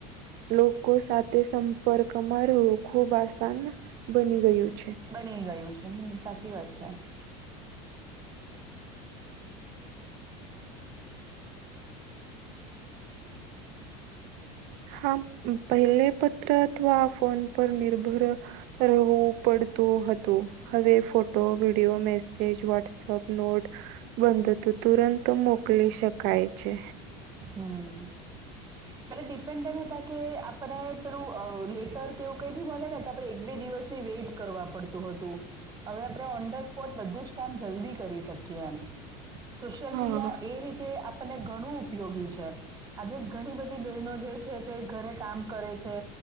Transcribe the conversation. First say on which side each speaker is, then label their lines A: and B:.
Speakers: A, on the right; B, on the right.
A: લોકો સાથે સંપર્કમાં રવું ખૂબ આસાન બની ગયું છે
B: બની ગયું છે હમ સાચી વાત છે
A: હા પહેલે પત્ર અથવા ફોન પર નિર્ભર રહેવું પડતું હતું હવે ફોટો વિડીિયો મેસેજ વોટ્સપ નોટ બંધતું તુરંત મોકલી શકાય છે
B: હમ એટલે ડિપેન્ડન્ટ હતા કે આપણે પેલું લેટર કેવું કઈ બી બોલે ને તો આપે એક બે દિવસ ની વેટ કરવા પડતું હતું હવે આપણે ઓન ધ સ્પોટ બધું જ કામ જલ્દી કરી શકીએ એમ સોશિયલ
A: હા
B: મીડિયા એ રીતે આપણને ઘણું ઉપયોગી છે આજે ઘણી બધી બનો જે છે તે ઘરે કામ કરે છે